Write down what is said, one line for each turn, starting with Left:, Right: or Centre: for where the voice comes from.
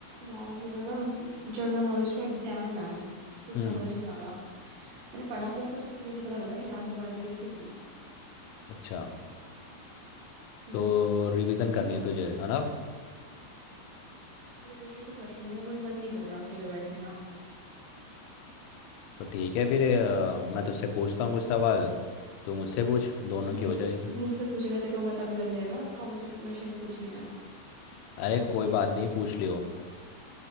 Right: यार मेरा ना जनरल नॉलेज का एग्जाम है कुछ
Left: हम्म
Right: समझ नहीं आ रहा मैंने पढ़ा तो है पर ये नहीं पता लग रहा कि याद हुआ भी है कि नहीं
Left: अच्छा
Right: हम्म
Left: तो रिवीजन करनी है तुझे है ना
Right: और रिविजन तो करनी है पर मन नहीं कर रहा अकेले बैठने का
Left: तो ठीक है फिर अ, मैं तुझसे पूछता हूँ कुछ सवाल तू मुझसे पूछ दोनों
Right: अरे
Left: की हो जाएगी
Right: तू मुझसे पूछेगा तेरे को पता भी लग जाएगा कौन से क्वेश्चन पूछने हैं
Left: अरे कोई बात नहीं पूछ लियो